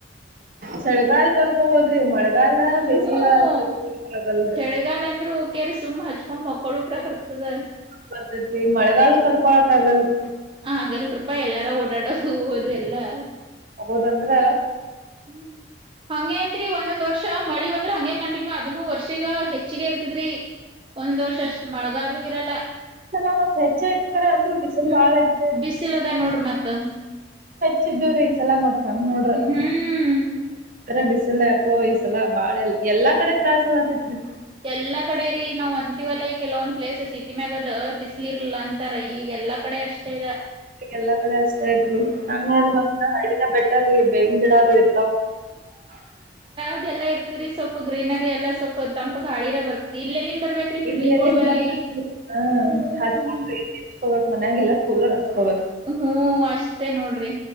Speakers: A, on the right (about 45°); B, on the right (about 30°).
A: ಚಳಗಾಲ್ ತಡ್ಕೊ ಬೋದ್ರಿ ಮಳೆ. ಮಳೆಗಾಲ
B: ಹ್ಮ್
A: ಬೆಸ್ಗೆಗಾಲ ತಡ್ಕೊಳಕ್ ಆಗಲ್ರಿ.
B: ಚಳಿಗಾಲ ಅಂದ್ರೂ ಓಕ್ಯಾರಿ ಸುಮ್ ಹಚ್ಕೊಂಡ್ ಮಕ್ಕೊಳಕ್ರ ಬರ್ತದ
A: ಬರ್ತದ್ರಿ ಮಳೆಗಾಲೂ ತಡ್ಕೋಳಕ್ ಆಗಲ್ರಿ.
B: ಹಗಲ್ರಪಾ ಎಲ್ಲಾರ ಓಡಾಡೋದು ಹದು ಎಲ್ಲಾ.
A: ಹೌದಂದ್ರ.
B: ಹ್ಮ್ ಹಂಗೆಂತ್ರಿ ಒಂದೊಂದ್ ವರ್. ವರ್ಷ ಮಳಿ ಬಂದ್ರ ಹಂಗೆ ಕಂಟಿನ್ಯೂ ಅದುನ್ನು ವರ್ಷಿಗ ಹೆಚ್ಚಿಗೆ ಇರ್ತದ್ರಿ. ಒಂದ್ ವರ್ಷ ಅಷ್ಟ್ ಮಳೆಗಾಲೂ ಇರಲ್ಲ.
A: ಲ್ಲ ಮತ್ ಹೆಚೈತ್ ಕರ ಅಂದ್ರು ಬಿಸುಲ್
B: ಹ್ಮ್
A: ಬಾಳ ಐತ್ರಿ.
B: ಬಿಸಿಲದ ನೋಡ್ರಿ ಮತ್ತ.
A: ಚಿದ್ದೂರಿ ಈಸಲ ಮತ್ ಹಂಗ್ನೋಡ್ರ
B: ಹ್ಮ್
A: ಬಿಸ್. ಇಲ್ಲಪೋ ಈಸಲ ಬಾಳಲ್ ಎಲ್ಲಾ ಕಡೆ ತ್ರಾಸಗತೈತ್ರಿ.
B: ಎಲ್ಲಾ ಕಡೆ ರೀ ನಾವ್ ಅಂತೀವಲ್ಲಾ ಈ ಕೆಲವೊಂದ್ ಪ್ಲೇಸ್ ಸಿಟಿ ಮ್ಯಾಗದ ಬಿಸ್ಲಿರಲ್. ಲ್ಲ ಅಂತಾರ ಇಗ್ ಎಲ್ಲಾ ಕಡೆ ಅಷ್ಟೇ ಇದೆ.
A: ಎಲ್ಲ ಕಡೆ ಅಷ್ಟ ಐತ್ರಿ ಹಂಗ ನೋಡದದ್ರಾ ಹಳ್ಳಿನ ಬೆಟರ್ ರೀ. ಬೇವಿನ ಗಿಡಗುಳ್. <unintelligible>
B: ಅದೆಲ್ಲ ಇರ್ತದರಿ ಸ್ವಲ್ಪ ಗ್ರೀನರಿ ಎಲ್ಲಾ ಸ್ವಪ ತಂಪ್ ಗಳ್ಯಾರ ಬರ್ತದ ಇಲ್. ಏನ್ ಬರ್ಬಾಕ್ರಿ ಪಿಡ್ಲಿಂಗ
A: ಇನ್ ಎಲ್ಲಿಂದ
B: ಗೋವರ್ಲಿ
A: ಬರ್ಬೇಕ್ರಿ ಹಾ
B: ಹ್ಮ.
A: ಹಚ್ಕೊಂಡ್ರ ಹಚ್ಕೋಬೇಕ್ ಮನ್ಯಾಗಿಲ್ಲ ಕೂಲರ್ ಹಚ್ಕೋಬೇಕ್.
B: ಹ್ಮ್ ಅಷ್ಟೇ ನೋಡ್ರಿ.